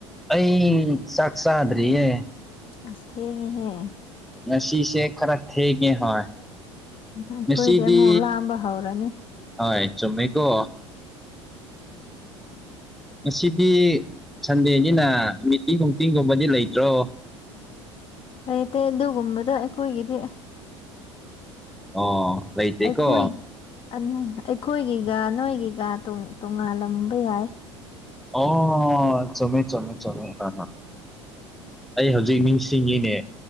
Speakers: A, in the centre; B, on the left.
A: ꯑꯩ ꯆꯥꯛ ꯆꯥꯗ꯭ꯔꯤꯌꯦ
B: ꯑꯁꯦꯡꯉꯦꯍꯦ
A: ꯁꯤꯤꯁꯦ ꯈꯔ ꯊꯒꯦ ꯍ
B: ꯑꯩꯈꯣꯏꯗꯤ
A: ꯃꯦꯁꯤꯗꯤ
B: ꯑꯃꯨꯛ ꯂꯥꯝꯕ ꯍꯧꯔꯅꯤ
A: ꯍ ꯆꯃꯦꯀꯣ ꯉꯁꯤꯗꯤ ꯁꯟꯗꯦꯅꯤꯅ ꯇꯤ ꯅꯨꯡꯇꯤꯒꯨꯝꯕꯗꯤ ꯂꯩꯇ꯭ꯔꯣ
B: ꯂꯩꯇꯦ ꯑꯗꯨꯒꯨꯝꯕꯗꯣ ꯑꯩꯈꯣꯏꯒꯤꯗꯤ
A: ꯑꯣ ꯂꯩꯩꯇ
B: ꯑꯩꯈꯣꯏ
A: ꯀꯣ
B: ꯑꯩꯈꯣꯏꯒꯤꯒ ꯅꯣꯏꯒꯤꯒ ꯇꯣꯉꯥꯜꯂꯝꯕ ꯌꯥꯏ
A: ꯑꯣ ꯁꯃꯦ ꯆꯃꯦ ꯆꯃꯦ ꯀ ꯑꯩ ꯍꯧꯖꯤꯛ ꯅꯤꯡꯁꯤꯡꯉꯅꯦ